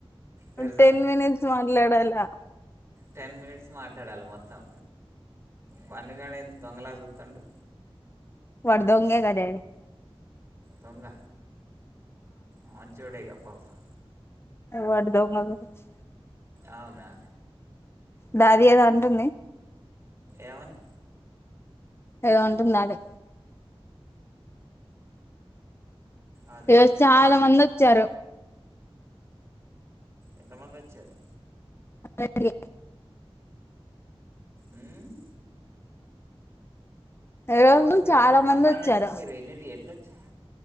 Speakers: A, on the right; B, on the left.
A: తెలుసా
B: టెన్ మినిట్స్ మాట్లాడాల
A: టెన్ మినిట్స్ మాట్లాడాల మొత్తం. బన్ను గాడు అయితే దొంగలా జుస్తుండు.
B: వాడు దొంగేగా డాడీ.
A: దొంగ మంచోడేగా పాపం.
B: వాడు దొంగ గావచ్చు.
A: అవునా?
B: దాది ఏదో అంటుంది.
A: ఏమని?
B: ఏదో అంటుంది దాది.
A: అదేలే
B: ఈరోజు చాలా మంది వచ్చారు.
A: ఎంతమంది వచ్చారు?
B: అే <inaudible>
A: ఉమ్
B: ఈరోజు
A: అవును మీరు
B: చాలా
A: అక్కడి కి రమ్మని
B: మంది వచ్చారు
A: చెప్పిరు. మీరు ఎన్నింటి ఎట్ నుంచి?